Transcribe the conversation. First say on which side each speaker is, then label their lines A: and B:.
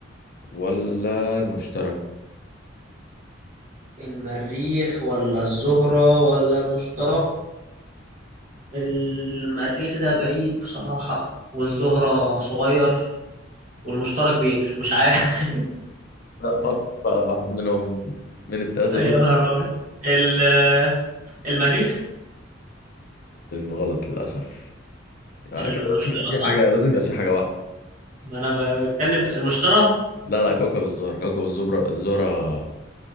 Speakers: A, on the left; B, on the right.
A: ولا المشتري
B: المريخ ولا الزهرة ولا المشتري المريخ ده بعيد بصراحة والزهرة صغير والمشتري كبير مش عارف
A: لا فكر بقى واحد منهم من الثلاثة
B: <laughs> يا
A: دول
B: نهار أبيض ال- آه، المريخ
A: غلط للأسف آه
B: المشترى
A: كده لازم يبقى في
B: صح
A: حاجة لازم يبقى في حاجة واحدة
B: ما انا ب- بتكلم في المشترى
A: لا لا كوكب الزهرة كوكب الزبرة الزهرة